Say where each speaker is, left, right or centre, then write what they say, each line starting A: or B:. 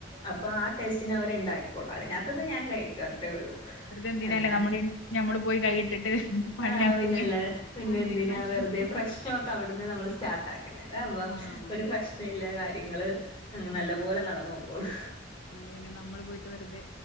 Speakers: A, on the left (about 25°); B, on the left (about 90°).
A: അപ്പൊ ആഹ് ടേസ്റ്റിന് അവർണ്ടാക്കിയോളൂ അതിനകത്ത് അതിനകത്ത്
B: ആഹ്
A: ഞാൻ കഴിക്കും അത്രേള്ളൂ
B: വെറുതെ എന്തിനാല്ലേ
A: അല്ലാണ്ട്
B: നമ്മള് ഞമ്മള് പോയി കൈയിട്ടിട്ട്
A: <unintelligible>
B: പണിയാക്കുന്നേ
A: പിന്നെല്ല പിന്നെ
B: അതിന്
A: എന്തിനാ
B: നല്ലത്
A: വെറുതെ പ്രശ്നംഒക്കെ അവിടുന്ന് നമ്മള് സ്റ്റാർട്ട് ആക്കുന്നല്ലേ ഇതപ്പൊ
B: ആഹ്
A: ഒരു പ്രശ്നല്ല കാര്യങ്ങള് നല്ല
B: ആഹ്
A: പോലെ നടന്ന് പൊക്കോളും.
B: അതുകൊണ്ട് പിന്നെ നമ്മൾ പോയിട്ട് വെറുതെ